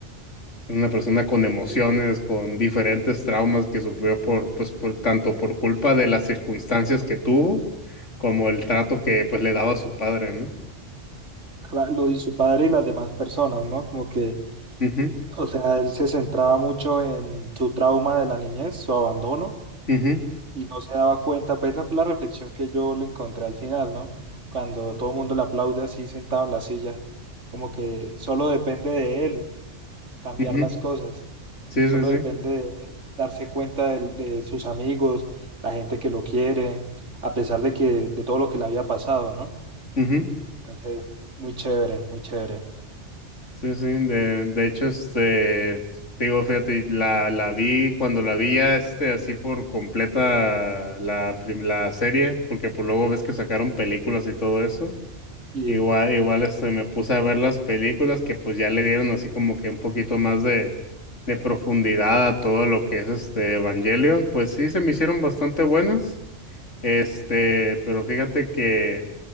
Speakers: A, on the left (about 85°); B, on the right (about 80°).
A: una persona con
B: Ok.
A: emociones, con diferentes traumas que sufrió por, pues, por tanto por culpa de las circunstancias que tuvo, como el trato
B: Ujú.
A: que pues le daba su padre, ¿no?
B: Cla- Lo y su padre y las demás personas, ¿no? Como que,
A: Ujú,
B: o sea, él se centraba mucho en su trauma de la niñez, su abandono,
A: ujú,
B: y no se daba cuenta. Pues esa fue la reflexión que yo le encontré al final, ¿no? Cuando todo el mundo le aplaude así sentado en la silla, como que solo depende de él cambiar
A: ujú.
B: las cosas.
A: Sí,
B: Solo
A: sí, sí.
B: depende de él darse cuenta del- de, sus amigos, la gente que lo quiere, a pesar de que de todo lo que le había pasado, ¿no?
A: Ujú.
B: Entonces, muy chévere, muy chévere.
A: Sí, sí. De, de hecho, este, digo, fíjate, la, la vi cuando la vi ya este, así por completa la, prim- la serie, porque pues luego ves que sacaron películas y todo eso.
B: Y
A: Igual, igual este, me puse a ver las películas que pues ya le dieron así como que un poquito más de, de profundidad a todo lo que es este Evangelion. Pues sí, se me hicieron bastante buenas. Este, pero fíjate que